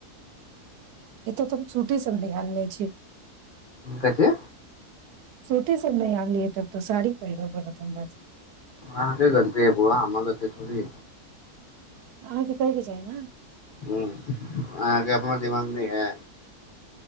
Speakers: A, on the right; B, on the left.
A: ततम सूटे सब नहि आनिय छिय
B: कह छै
A: के नहि आलै तब साड़ी पहिरऽ पड़त हमरा तऽ
B: आह त गनती है बौआ आमे नी
A: अहाँके कैके छैइ ने
B: ह अहाँके अपनो दिमाग नहि या